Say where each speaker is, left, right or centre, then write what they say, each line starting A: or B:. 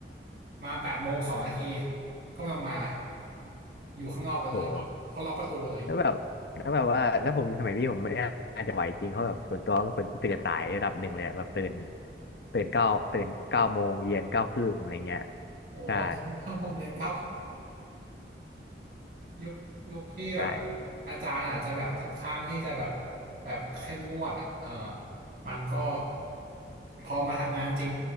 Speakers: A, on the right (about 55°); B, on the left (about 65°).
A: มาแปดโมงสองนาทีก็ไม่ต้องมาอยู่ข้างนอกไปเลยล็อกเขาล็อกประตูเลย
B: โหแล้วแบบแล้วแบบว่าแล้วผมอยู่สมัยพี่ผมไม่น่าจะไหวจริงเขาแบบส่วนตัวเป็นคนที่ตื่นสายระดับหนึ่งเลยอะแบบตื่นตื่นเก้าตื่นเก้าโมงเรียนเก้าครึ่งอะไรเงี้ย
A: โอ้ตอน
B: ใช่
A: <laughs> เข้าโรงเรียนเข้า ยุคยุคพี่แบบ
B: ใช่
A: อาจารย์อาจจะแบบค่อนข้างที่จะแบบแบบเข้มงวดอ่ะเออมันก็พอมาทำงานจริง